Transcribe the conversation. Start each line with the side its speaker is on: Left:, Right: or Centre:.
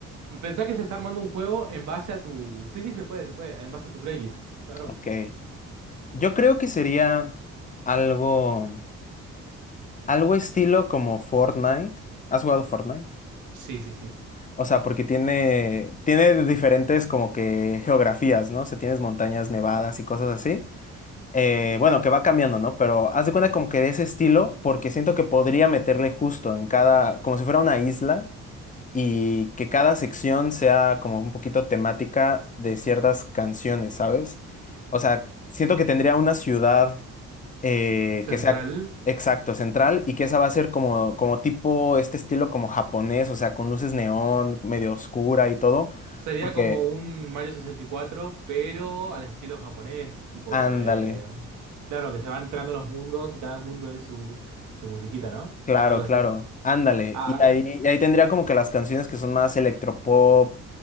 Right: Pensás que se está armando un juego en base a tu... Sí, sí, se puede, se puede, en base a tu playlist, claro.
Left: ok. Yo creo que sería algo, algo estilo como Fortnite. ¿Has jugado Fortnite?
Right: Sí, sí, sí.
Left: O sea, porque tiene, tiene diferentes como que geografías, ¿no? O sea, tienes montañas nevadas y cosas así. Eh, bueno, que va cambiando, ¿no? Pero haz de cuenta como que de ese estilo, porque siento que podría meterle justo en cada, como si fuera una isla y que cada sección sea como un poquito temática de ciertas canciones, ¿sabes? O sea, siento que tendría una ciudad eh,
Right: Central.
Left: que sea exacto, central, y que esa va a ser como, como tipo este estilo como japonés, o sea, con luces neón, medio oscura y todo,
Right: Sería
Left: porque
Right: como un Mario sesenta y cuatro pero al estilo japonés, tipo,
Left: ándale,
Right: eh, claro, que se van entrando los mundos y cada mundo es su, su musiquita, ¿no?
Left: claro,
Right: Algo
Left: claro,
Right: así.
Left: ándale.
Right: Ah,
Left: Y ahí, y ahí tendría como que las canciones que son más electropop